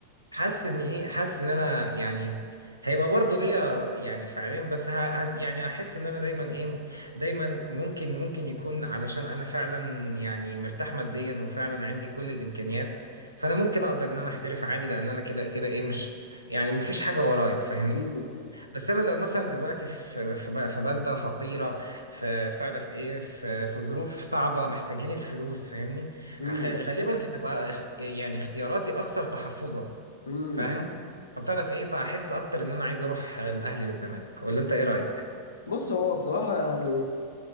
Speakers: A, on the right; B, on the left.
A: حاسس ان ايه حاسس ان انا يعني هيبقى برضه ليا ر- يعني فعليا بس ه... هس- يعني هحس ان انا دايما ايه دايما ممكن ممكن يكون علشان انا فعلا يعني مرتاح ماديا وفعلا عندي كل الامكانيات فانا ممكن اقدر ان انا احترف عادي لان انا كده كده ايه مش يعني مفيش حاجه ورايا فاهمني
B: مم.
A: بس انا لو مثلا دلوقتي في في, ب- في بلده فقيره في بتاع ده في ايه في, في ظروف صعبه محتاجين الفلوس فاهمني
B: مم.
A: هخ- غالبا هتبقى اخت... يعني اختياراتي اكثر تحفظا
B: مم.
A: فاهم فبتعرف ايه فاحس اكتر ان انا عايز اروح الاهلي والزمالك ولا انت ايه رايك
B: بص هو صراحة يعني